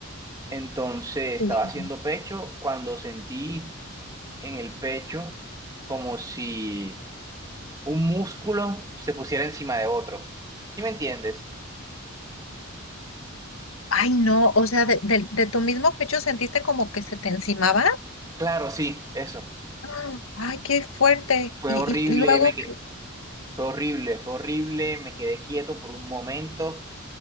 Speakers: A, on the right; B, on the left.
A: Entonces
B: así.
A: estaba haciendo pecho cuando sentí en el pecho como si un músculo se pusiera encima de otro. ¿Sí me entiendes?
B: Ay, no, o sea, de, del- de tu mismo pecho sentiste como que se te encimaba.
A: Claro, sí, eso.
B: ¡Ah! Ay, qué fuerte.
A: Fue
B: Y,
A: horrible,
B: y- y luego,
A: me que- fue horrible, fue horrible, me quedé quieto por un momento.